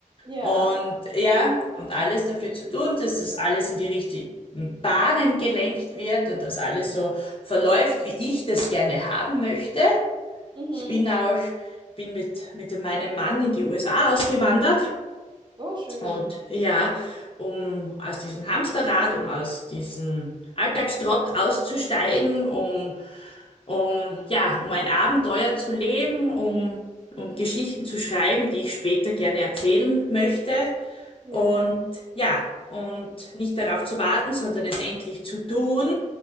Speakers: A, on the right; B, on the left.
A: Ja.
B: und ja, und alles dafür zu tun, dass das alles in die richtigen Bahnen gelenkt wird und dass alles so verläuft, wie ich das gerne haben möchte.
A: Mhm.
B: Ich bin auch, bin mit, mit meinem Mann in die USA ausgewandert
A: Oh, schön.
B: und ja, um aus diesem Hamsterrad, um aus diesem Alltagstrott auszusteigen, um, um, ja, um ein Abenteuer zu leben, um, um Geschichten zu schreiben, die ich später gerne erzählen möchte.
A: Ja.
B: Und ja, und nicht darauf zu warten, sondern es endlich zu tun